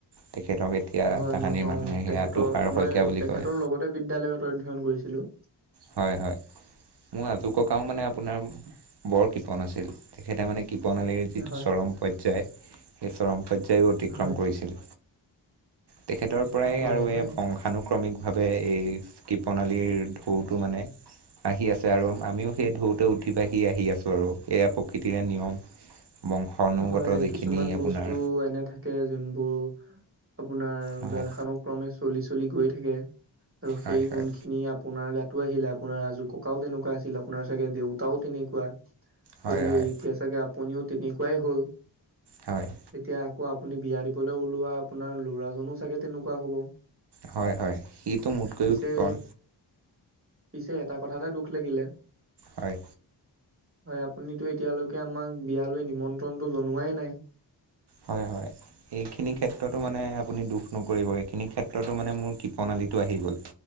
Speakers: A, on the right; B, on the right.
A: তেখেতক এতিয়া
B: হয়,
A: তাহানিৰ
B: মই পাওঁ
A: মানুহে সেয়া
B: তেখেতৰ
A: তুষাৰ শইকীয়া
B: মই
A: বুলি
B: তেখেতৰ
A: কয়।
B: লগতে বিদ্যালয়ত অধ্যয়ন কৰিছিলো।
A: হয়- হয়, মোৰ আজু ককাও মানে আপোনাৰ বৰ কপন আছিল তেখেতে মানে কৃপনালীৰ যিটো
B: হয়,
A: চৰম পৰ্য্যায় সেই চৰম পৰ্যায়ও অতিক্ৰম
B: হয়,
A: কৰিছিল। তেখেতৰ পৰাই
B: হয়,
A: আৰু এই
B: হয়,
A: বংশানুক্ৰমিক ভাৱে এই কৃপনালীৰ বহুতো মানে আহি আছে আৰু আমিও সেই ঢৌতে উঠি ভাঁহি আহি আছো আৰু, এয়া প্ৰকৃতিৰে নিয়ম। বংশানুগত
B: হয়,
A: যিখিনি
B: কিছুমান
A: আপোনাৰ
B: বস্তু এনে থাকে যোনবোৰ আপোনাৰ
A: হয়।
B: বংশানো ক্ৰমে চলি- চলি গৈ থাকে আৰু সেই
A: হয় হয়।
B: গুণ খিনি আপোনাৰ গাত আহিলে আপোনাৰ আজু ককাও তেনেকুৱা আছিল আপোনাৰ চাগে দেউতাও তেনেকুৱা
A: হয়
B: গতিকে
A: হয়
B: এতিয়া চাগে আপুনিও তেনেকুৱাই হ'ল।
A: হয়
B: এতিয়া আকৌ আপুনি বিয়া দিবলৈ ওলোৱা আপোনাৰ ল'ৰাজনো চাগে তেনেকুৱা হ'ব।
A: হয় -হয় সিটো মোতকৈও
B: পিছে
A: কৈওঁ কৃপন।
B: পিছে এটা কথাতে দুখ লাগিলে
A: হয়
B: হয়, আপুনিতো এতিয়ালৈকে আমাক বিয়ালৈ নিমন্ত্ৰণতটো জনোৱাই নাই। <inaudible>
A: হয় হয়। এইখিনি ক্ষেত্ৰতো মানে আপুনি দুখ নকৰিব এইখিনি ক্ষেত্ৰতো মানে মোৰ কৃপনালী টো আহি গ'ল।